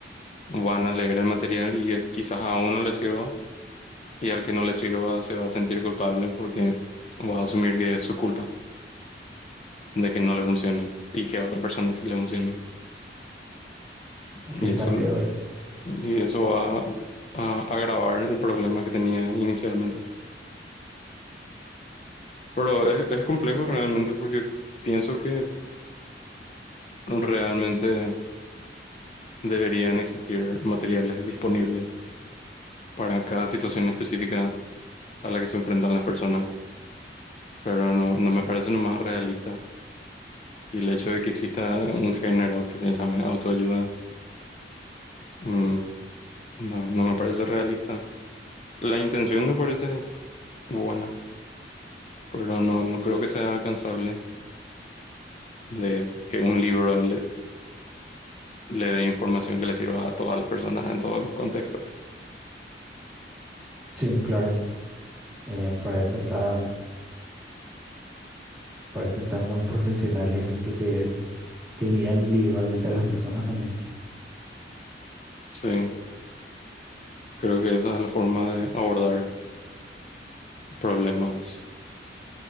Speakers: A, on the left; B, in the centre.
A: van a leer el material y eh, quizás a uno le sirva y al que no le sirva se va a sentir culpable porque va a asumir que es su culpa de que no le funcione y que a otra persona sí le funcione.
B: o
A: Y
B: que está
A: eso,
B: peor.
A: y eso va a a agravar el problema que tenía inicialmente. Pero es, es complejo realmente porque pienso que realmente deberían existir materiales disponibles para cada situación específica a la que se enfrentan las personas, pero no, no me parece lo más realista. Y el hecho de que exista un género que se llame autoayuda, mm, no, no me parece realista. La intención me parece buena, pero no, no creo que sea alcanzable de que un libro le, le dé información que le sirva a todas las personas en todos los contextos.
B: Sí, claro, eh, para eso están, para eso están los profesionales que te, que miran individualmente a las personas también.
A: Sí. Creo que esa es la forma de abordar problemas,